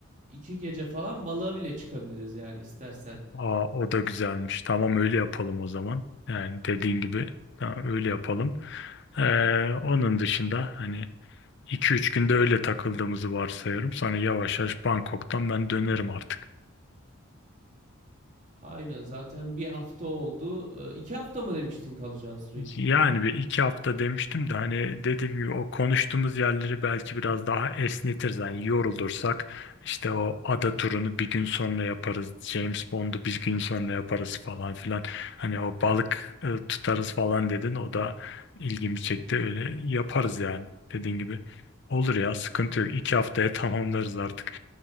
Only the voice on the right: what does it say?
iki gece falan balığa bile çıkabiliriz yani istersen.
Aynen zaten bir hafta oldu. Ee, iki hafta mı demiştin kalacağın süre için?